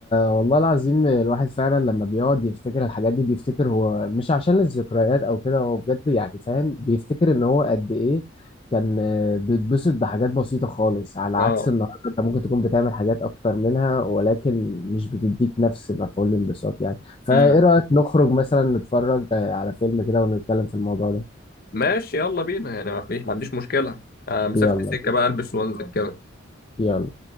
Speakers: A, on the left (about 30°); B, on the left (about 50°).
A: والله العظيم الواحد فعلا لما بيقعد يفتكر الحاجات دي بيفتكر هو مش عشان الذكريات او كده هو بجد يعني فاهم بيفتكر ان هو قد ايه كان آه، بيتبسط بحاجات بسيطة خالص على
B: اه
A: عكس النهارده انت ممكن تكون بتعمل حاجات اكتر منها ولكن مش بتديك نفس مفعول الانبساط يعني فايه
B: امم
A: رأيك نخرج مثلا نتفرج آه، على فيلم كده ونتكلم في الموضوع ده
B: ماشي يلا بينا يعني ما فيش ما عنديش مشكلة آه مسافة
A: يلا
B: السكة بقى البس وانزل كده
A: يلا